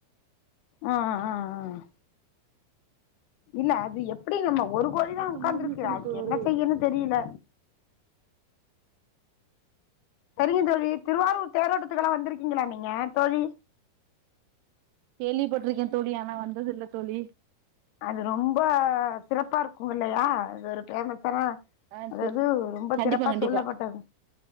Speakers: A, on the left; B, on the right.
A: ஆஹ் ஆஹ்ஹ் இல்ல அது எப்படி நம்ம ஒரு கோழிதான்
B: பத்து
A: உட்கார்ந்துருக்கிறன்
B: முடிஞ்சிருச்சுன்னு
A: அதுக்கு
B: தோழி
A: என்ன செய்யன்னு தெரியல சரிங்க தோழி திருவாரூர் தேரோட்டத்துக்கெல்லாம் வந்திருக்கீங்களா நீங்க தோழி
B: கேள்விப்பட்ருக்கேன் தோழி ஆனா வந்தது இல்ல தோழி
A: அது ரொம்ப சிறப்பா இருக்கும் இல்லையா அது ஒரு ஏமாசானா
B: ஆ
A: அதாது
B: செரி
A: ரொம்ப
B: கண்டிப்பா
A: சிறப்பா
B: கண்டிப்பா
A: சொல்லப்பட்டது